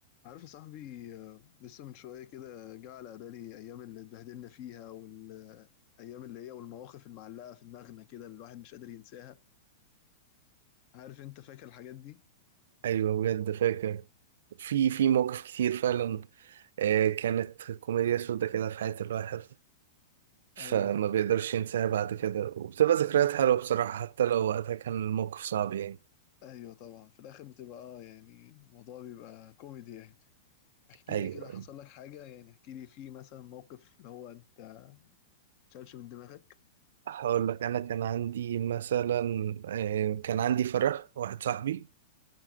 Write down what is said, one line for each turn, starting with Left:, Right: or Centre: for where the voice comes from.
Left: عارف يا صاحبي آه، لسه من شوية كده جه على بالي أيام اللي اتبهدلنا فيها والأيام اللي هي والمواقف المعلقة في دماغنا كده اللي الواحد مش قادر ينساها عارف أنت فاكر الحاجات دي؟
Right: ايوه بجد فاكر في في مواقف كتير فعلا آه، كانت كوميديا سودا كده في حياة الواحد فما
Left: أيوه
Right: بيقدرش ينساها بعد كده وبتبقى ذكريات حلوة بصراحة حتى لو وقتها كان الموقف صعب يعني
Left: أيوه طبعا في الآخر بتبقى آه يعني الموضوع بيبقى كوميدي يعني احكي
Right: أيوة
Left: لي كده حصل لك حاجة يعني احكي لي في مثلا موقف اللي هو أنت متشالش من دماغك
Right: هقول لك أنا كان عندي مثلا آه، كان عندي فرح واحد صاحبي